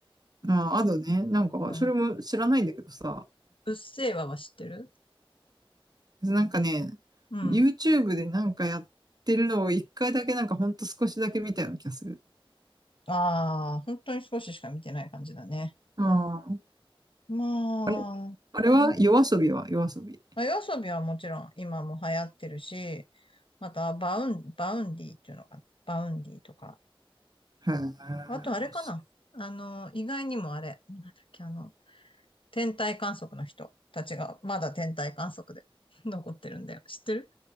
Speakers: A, on the right; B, on the left.
A: まあ、あとね、なんか、
B: うん。
A: それも知らないんだけどさ、
B: うっせぇわは知ってる
A: なんかね、
B: うん。
A: YouTube でなんかやってるのを一回だけなんかほんと少しだけ見たような気がする。
B: ああ、本当に少ししか見てない感じだね。
A: ああ。
B: まあ、
A: あれあれは夜遊びは夜遊び。
B: うん。まあ、夜遊びはもちろん今も流行ってるし、またバウン、バウンディっていうのかな、バウンディとか。
A: へー
B: あとあれかな。あの、意外にもあれ、なんだっけ、あの、天体観測の人たちがまだ天体観測で <laughs> 残ってるんだよ。知ってる